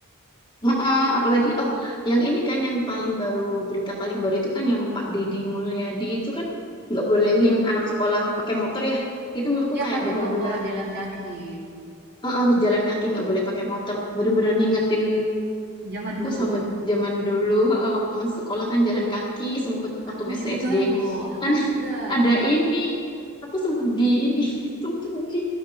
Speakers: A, on the left; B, on the right.
A: Heeh, apalagi oh yang ini kan yang paling baru berita paling baru itu kan yang Pak Deddy Mulyadi itu kan nggak bolehin anak sekolah pakai motor ya. Itu menurutku
B: Ya
A: kayak
B: pakai
A: bener-bener
B: motor, jalan kaki.
A: eh, harus jalan kaki nggak boleh pakai motor. Bener-bener ngingetin
B: Zaman
A: aku
B: dulu.
A: sama zaman dulu heeh, waktu masih sekolah kan jalan kaki sempet waktu
B: Aku
A: masih
B: juga
A: SD
B: loh, aku
A: kan
B: juga.
A: ada ini aku sempet di ini <laughs> sempet di